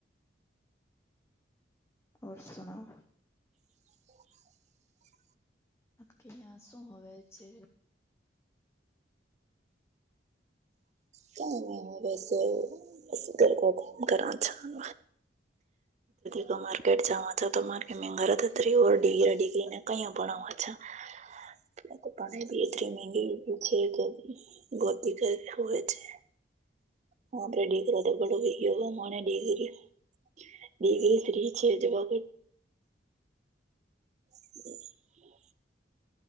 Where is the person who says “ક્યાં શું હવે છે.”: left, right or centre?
Left